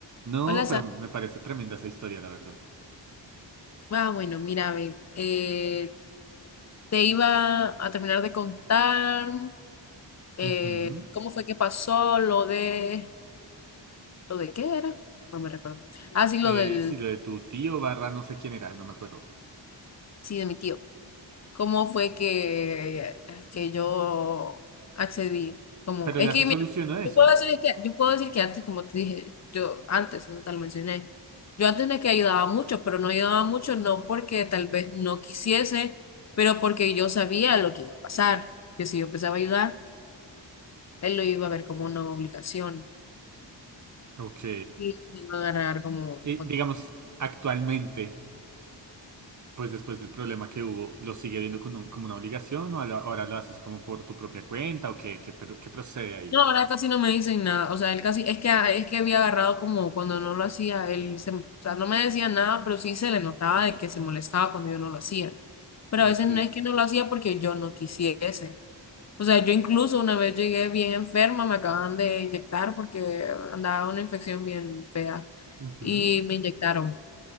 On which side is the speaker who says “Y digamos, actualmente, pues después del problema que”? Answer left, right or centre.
Right